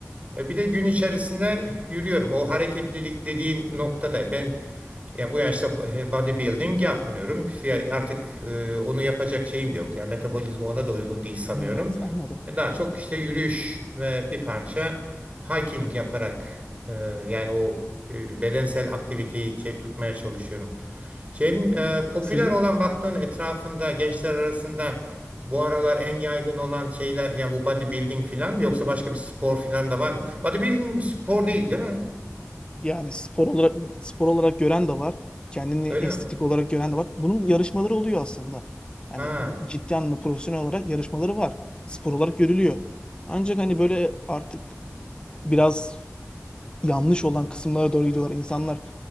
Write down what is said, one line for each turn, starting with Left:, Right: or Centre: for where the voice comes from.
Right: E, Bir de gün içerisinde yürüyorum. O hareketlilik dediğin noktada ben ya bu yaşta bodybuilding yapmıyorum. Ya Artık e, onu yapacak şeyim de yok. Yani metabolizma ona da uygun değil sanıyorum.
Left: Evet anladım.
Right: E, Daha çok işte yürüyüş ve bir parça hiking yaparak e, yani o e, bedensel aktiviteyi şey tutmaya çalışıyorum. Şeyin e, popüler
Left: Sizin
Right: olan baktığın etrafında gençler arasında bu aralar en yaygın olan şeyler ya bu bodybuilding falan mı yoksa başka bir spor falan da var mı? Bodybuilding bir spor değil, değil mi?
Left: Yani spor olarak spor olarak gören de var. Kendini estetik
Right: Öyle mi?
Left: olarak gören de var. Bunun yarışmaları oluyor aslında. Hani
Right: Ha.
Left: bu ciddi anlamda profesyonel olarak yarışmaları var. Spor olarak görülüyor. Ancak hani böyle artık biraz yanlış olan kısımlara doğru gidiyorlar. İnsanlar